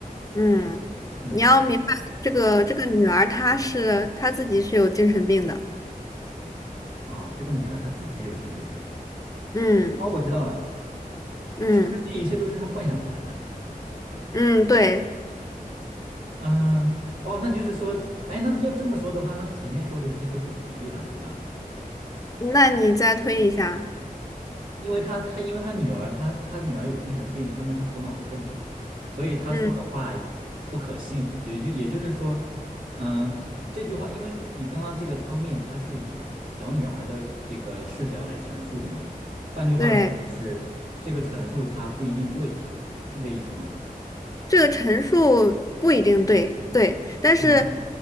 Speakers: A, on the left (about 25°); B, on the right (about 65°).
A: 嗯，
B: 嗯
A: 你要明白这个这个女儿她是她自己是有精神病的。
B: 啊，这个女儿她自己有精神病。
A: 嗯
B: 哦，我知道了，
A: 嗯
B: 是不是这一切都是她幻想出来的？
A: 嗯，对，
B: 嗯，哦，那就是说，哎，那要这么说的话，那前面说的这些都不成立了，对吧？
A: 那你再推一下。
B: 因为他他因为他女儿，他他女儿有精神病，说明他头脑不正常，所以他说的话
A: 嗯，
B: 不可信。也就也就是说，嗯、这句话，因为你刚刚这个汤面，它是以小女孩的这个视角来陈述的嘛，换句话说，
A: 对，
B: 就是这个陈述它不一定对，是这意思吗？
A: 这个陈述不一定对，对，但是
B: 啊，